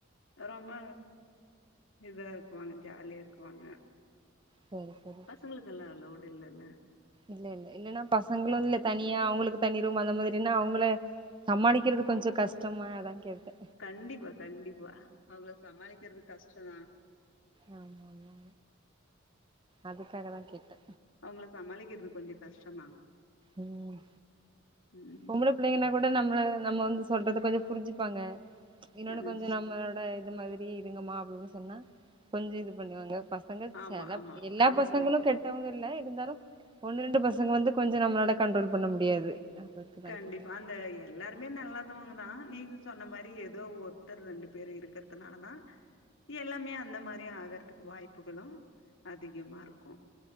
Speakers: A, on the left (about 70°); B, on the right (about 25°).
A: ரொம்ப இத இருக்குவாங்க ஜாலியா இருக்குவாங்க
B: சேரி சேரி
A: பசங்களுக்கெல்லா அலோடு இல்லங்க
B: இல்ல இல்ல இல்லன்னா பசங்களுல்ல தனியா
A: மட்
B: அவுங்ளுக்கு தனிரூம் அந்த மாதிரினா அவுங்கள சமாளிக்கிறது கொஞ்சோ கஷ்டமா அதா கேட்டே
A: கண்டிப்பா கண்டிப்பா அவுகள சமாளிக்கிறது கஷ்டோ தா
B: ஆமாம்மா அதுக்காக தா கேட்டே
A: அவுங்கள சமாளிக்கிறது கொஞ்சோ கஷ்ட தா
B: ம்
A: ம்
B: பொம்பளப் பிள்ளைங்கன்னா கூட நம்மள நம்ம வந்து சொல்றத கொஞ்சோ புரிஞ்சுப்பாங்க இன்னொன்னு
A: ஆ
B: கொஞ்சோ நம்மளோட இந்த மாரி இருங்கமா அப்டின் சொன்னா கொஞ்சோ இது பண்ணுவாங்க பசங் பசங்க
A: ஆமா
B: செல
A: ஆமா
B: எல்லா
A: அதுவு
B: பசங்களு கெட்டவங்க இல்ல இருந்தாலு ஒன்னு ரெண்டு பசங்க வந்து கொஞ்சோ நம்மளோட கண்ட்ரோல் பண்ண முடியாது அதுக்கு தா
A: கண்டிப்பா
B: கேட்டே
A: அந்த ஏ எல்லாருமே நல்லதவுங்க தா நீங்க சொன்ன மாரி ஏதோ ஒருத்தர் ரெண்டு பேரு இருக்றதுனாலதா எல்லாமே அந்த மாரி ஆகறதுக்கு வாய்ப்புகளு அதிகமாருக்கு